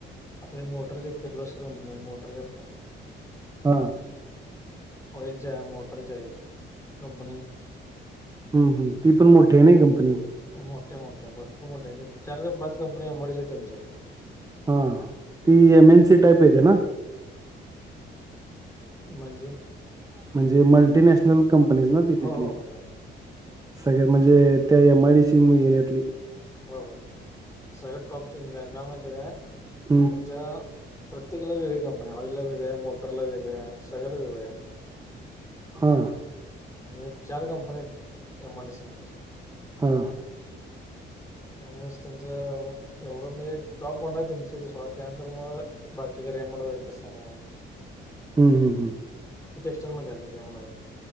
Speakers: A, on the left; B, on the right.
A: आता ह्या मोटरची किर्लोस्कर कंपणी हाय मोटरच्या हाईत.
B: हां.
A: ऑइल च्या हाय मोटरच्या हायीत कंपनी.
B: हम् हम ती पण मोठी आहे नाही कंपनी.
A: मोठे मोठे भरपूर मोठे चार पाच कंपनी एमआयडीसी यांच्या आहेत.
B: हा ती एनसी
A: ते
B: टाईप येते ना.
A: म्हणजे.
B: म्हणजे मल्टीनॅशनल कंपनीच ना ती
A: हो
B: तिथली.
A: हो हो
B: सगळ्या म्हणजे त्या एमआयडीसी एरियातली.
A: होय होय सगळ्या टॉपची <unintelligible> काय माहिती आहे काय.
B: हम्म.
A: त्यांच्या प्रत्येकाला वेगळी कंपनी ऑइलला वेगळी हाय, मोटरला वेगळी हाय सगळ्याला वेगवेगळ्या हाय.
B: हा
A: आणि ह्यात चार कंपन्या हैत एमआयडीसी मध्येच.
B: हा
A: त्यामुळे त्यांचं एवढं म्हजे टॉप ब्रँड आहे त्यांच सोडा त्यानंतर मग बाकीच्या रेमंड वगैरे तस हाय
B: हम्म हम्म हम्म.
A: ते टेक्स्टाईल मधे आली रेमंड वगैरे.